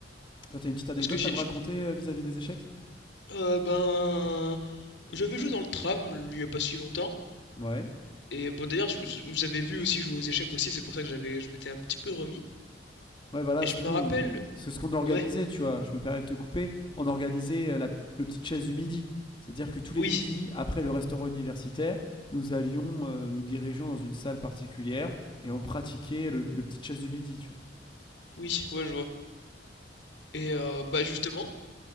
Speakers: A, on the left; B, on the left.
A: Toi, t'as une petite anecdote
B: Parce que j'ai...
A: à me
B: j'-
A: raconter euh, vis-à-vis des échecs
B: Euh, ben... J'avais joué dans le tram, il y a pas si longtemps.
A: Ouais.
B: Et bon, d'ailleurs, je- je- vous avez vu aussi jouer aux échecs aussi, c'est pour ça que j'avais, je m'étais un petit peu remis.
A: Ouais, voilà,
B: Et
A: c'est-
B: je
A: nous,
B: me rappelle...
A: c'est ce qu'on organisait,
B: Ouais,
A: tu vois. Je me permets de te couper. On organisait euh, la, le petite chasse du midi. C'est-à-dire que tous les
B: oui,
A: midis, après le restaurant universitaire, nous allions, euh, nous dirigeons dans une salle particulière et on pratiquait le, le petite chasse du midi, tu
B: oui, ouais, je vois. Et euh, bah justement,